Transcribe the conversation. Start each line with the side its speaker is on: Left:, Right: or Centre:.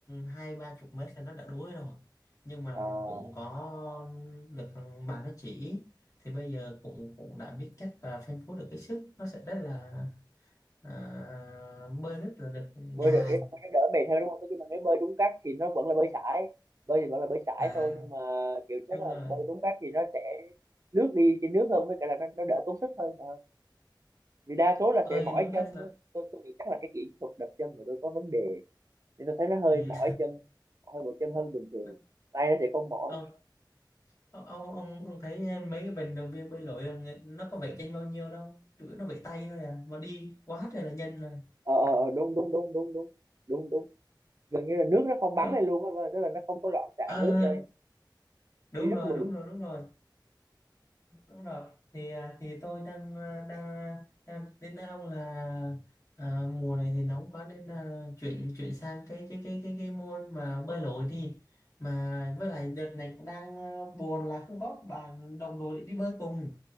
Left: hai ba chục mét là nó đã đuối rồi nhưng mà
Right: à,
Left: cũng có được bạn nó chỉ thì bây giờ cũng cũng đã biết cách và phân phối được cái sức nó sẽ rất là à, bơi rất là được
Right: bơi
Left: dài
Right: được ý là bơi nó đỡ mệt hơn đúng không? Tức là nếu bơi đúng cách thì nó vẫn là bơi sải bơi thì vẫn là bơi sải
Left: à
Right: thôi nhưng mà kiểu chắc
Left: đúng
Right: là
Left: rồi
Right: bơi đúng cách thì nó sẽ lướt đi trên nước hơn với cả là nó, nó đỡ tốn sức hơn Ờ. vì đa số là
Left: bơi
Right: sẽ mỏi
Left: đúng
Right: chân
Left: cách là
Right: tôi, tôi nghĩ chắc là cái kỹ thuật đập chân của tôi có vấn đề nên tôi thấy nó hơi
Left: ừ.
Right: mỏi chân hơi mỏi chân hơn bình thường
Left: <laughs>
Right: tay nó sẽ không mỏi
Left: Ờ, Ô- ông ông ông thấy ờ, mấy cái vận động viên bơi lội là người- nó có vẩy chân bao nhiêu đâu chủ yếu nó vẩy tay thôi à mà đi quá trời là nhanh rồi
Right: ờ ờ, ờ, đúng đúng đúng đúng đúng đúng đúng gần như là nước nó không bắn
Left: đúng
Right: lên luôn á tức là nó không có loạn xạ
Left: Ờ,
Right: nước lên
Left: đúng
Right: đi rất
Left: rồi
Right: mượt
Left: đúng rồi đúng rồi đúng rồi thì à, thì tôi đang à, đang à, đang đến nói ông là à, mùa này thì nóng quá nên là chuyển chuyển sang cái cái cái cái cái môn mà bơi lội đi mà với lại đợt này cũng đang à, buồn là không có bạn đồng đội để đi bơi cùng